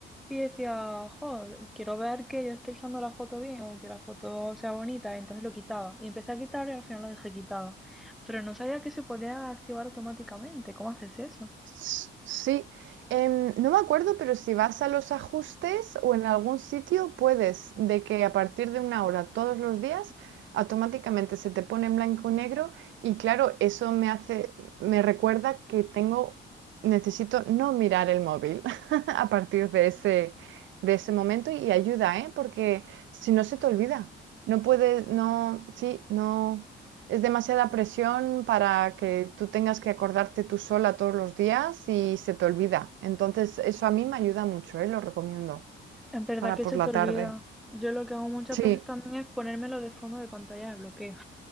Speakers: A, in the centre; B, on the right.
A: y decía, jo, quiero ver que yo esté echando la foto bien o que la foto sea bonita, y entonces lo quitaba. Y empecé a quitar y al final lo dejé quitado. Pero no sabía que se podía activar automáticamente. ¿Cómo haces eso?
B: S- Sí, Em, no me acuerdo, pero si vas a los ajustes o en algún sitio puedes, de que a partir de una hora todos los días automáticamente se te pone en blanco y negro y claro, eso me hace, me recuerda que tengo, necesito no mirar el móvil <laughs> a partir de ese, de ese momento y ayuda, ¿eh? Porque si no se te olvida, no puedes, no, sí, no. Es demasiada presión para que tú tengas que acordarte tú sola todos los días y se te olvida. Entonces, eso a mí me ayuda mucho, ¿eh? Lo recomiendo
A: Es verdad
B: para
A: que
B: por
A: se
B: la
A: te olvida.
B: tarde.
A: Yo lo que hago muchas
B: Sí.
A: veces también es ponérmelo de fondo de pantalla de bloqueo.